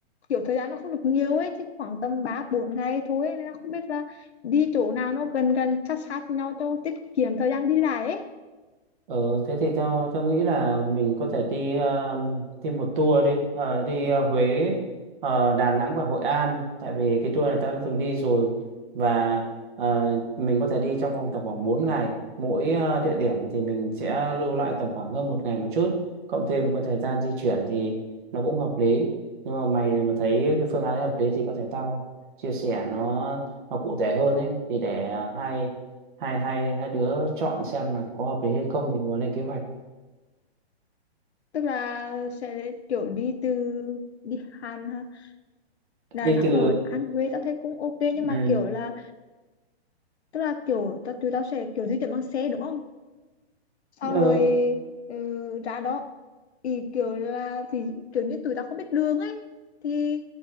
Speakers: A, on the left; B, on the right.
A: kiểu thời gian nó không được nhiều ấy chứ khoảng tầm 3 4 ngày thôi ấy. Nên là không biết là đi chỗ nào nó gần gần sát sát nhau cho tiết kiệm thời gian đi lại ấy
B: Ừ, thế thì tao tao nghĩ là mình có thể đi ờ, đi một tour đi Ờ, đi ờ, Huế ờ, Đà Nẵng và Hội An tại vì cái tour này tao đã từng đi rồi và ờ, mình có thể đi trong vòng tầm khoảng bốn ngày mỗi ờ, địa điểm thì mình sẽ lưu lại tầm khoảng hơn một ngày một chút cộng thêm một cái thời gian di chuyển thì nó cũng hợp lý nhưng mà mày mà thấy cái phương án hợp lý thì có thể tao chia sẻ nó nó cụ thể hơn ấy thì để ờ, hai hai hai hai đứa chọn xem là có hợp lý hay không thì muốn lên kế hoạch
A: tức là sẽ để kiểu đi từ đi Hàn ha Đà
B: đi
A: Nẵng
B: từ
A: hồi An Huế tao thấy cũng ok nhưng mà
B: ừ.
A: kiểu là tức là kiểu tao- tụi tao sẽ kiểu di chuyển bằng xe đúng không sau
B: ờ,
A: rồi ừ, ra đó thì kiểu là thì kiểu như tụi tao không biết đường ấy thì